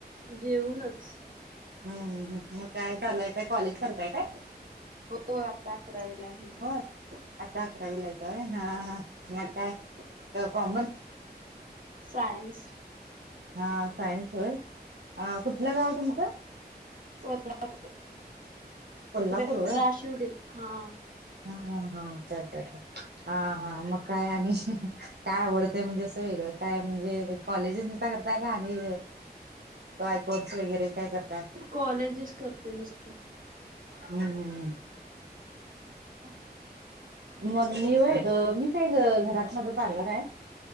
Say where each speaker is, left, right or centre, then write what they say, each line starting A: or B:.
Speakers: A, on the right; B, on the right.
A: जेवूनच
B: हम् मग काय चालू हाय काय कॉलेज करताय काय?
A: हो आता अकरावीला आहे.
B: बर आता अकरावीला हाय काय हा हा मग काय तर कॉमर्स
A: सायन्स
B: हा सायन्स होय कुठलं गाव तुमचं
A: ते ना इकडे
B: कोल्हापूर
A: इकडं
B: होय
A: राशीवडी हा
B: हा हा हा अच्छा अच्छा अच्छा हा हा मग काय आणि हीं हीं काय आवडतंय म्हणजे असं वेगळं काय म्हणजे. कॉलेजच नुसता करताय का आणि काय कोर्स वगैरे काय करताय.
A: कॉलेजेच करतोय नुसतं
B: हम् हम ह
A: ह <inaudible>
B: मग अ मी काय घ घरात माझं पार्लर आहे.